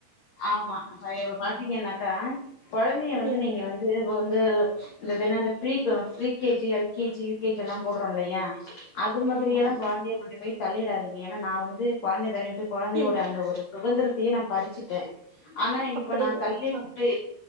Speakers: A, on the left; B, on the right.
A: ஆமா அப்ப இப்ப பாத்தீங்கன்னாக்க குழந்தைய வந்து
B: ம்
A: நீங்க வந்து இப்ப வந்து இந்தது என்னாது ப்ரீக்கு free K G L K G U K G எல்லாம் போடுறோம் இல்லையா அது மாதுரியல்லா
B: ஆமா ஆமா
A: கொழந்தையை கொண்டு போய் தள்ளிடாதீங்க ஏன்னா நான் வந்து கொழந்தைய தள்ளி டு கொழந்தையோட
B: ம்
A: அந்த ஒரு உவந்தர தீய நான் பறிச்சிட்டே ஆனா இப்ப
B: அப்டிங்களா
A: நா தள்ளி
B: ஆ
A: உட்டு